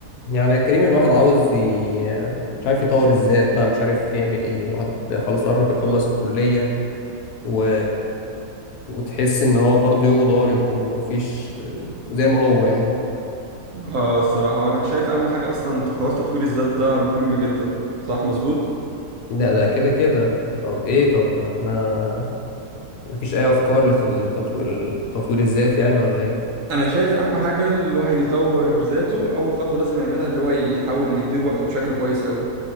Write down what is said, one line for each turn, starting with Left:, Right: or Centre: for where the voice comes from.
Left: يعني يا كريم الواحد عاوز ي... مش عارف يطور الذات بقى مش عارف يعمل ايه واحد خلاص قرب يخلص الكلية و... وتحس ان هو برضه يومه ضارب ومفيش وزي ما هو يعني
Right: اه الصراحة وانا شايف اهم حاجة اصلا حوار تطوير الذات ده مهم جدا صح مظبوط
Left: ده ده كده كده طب ايه طب ما احنا مفيش اي افكار لت- لتطوير التطوير الذات يعني ولا ايه
Right: انا شايف اهم حاجة الواحد يطور ذاته اول خطوة لازم يعملها اللي هو يحاول يدير وقته بشكل كويس قوي